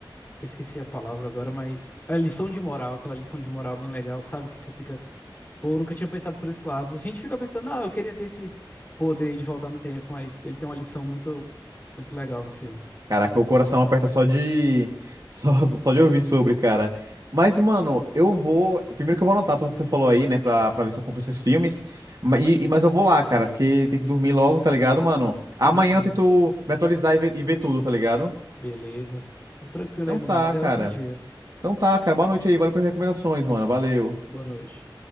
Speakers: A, on the left; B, on the right.
A: eu Esqueci a palavra agora, mas a lição de moral, aquela lição de moral bem legal, sabe? Que você fica, pô, eu nunca tinha pensado por esse lado. A gente fica pensando, ah, eu queria ter esse poder de voltar no tempo, mas ele tem uma lição muito, muito legal no filme.
B: Caraca, o coração aperta só de <laughs> só, só de ouvir sobre, cara. Mas, mano, eu vou. Primeiro que eu vou anotar tudo que você falou aí, né? Pra, pra ver se eu compro esses filmes. Ma- e- e- Mas eu vou lá, cara, porque tem que dormir logo, tá ligado, mano? Amanhã
A: Sim, sim.
B: eu tento me atualizar e ver, e ver tudo, tá ligado?
A: Beleza. Vou tranquilo
B: Então
A: aí, maninho.
B: tá,
A: Até
B: cara.
A: outro dia.
B: Então tá, cara. Boa noite aí. Valeu pelas recomendações, mano. Valeu.
A: Boa noite.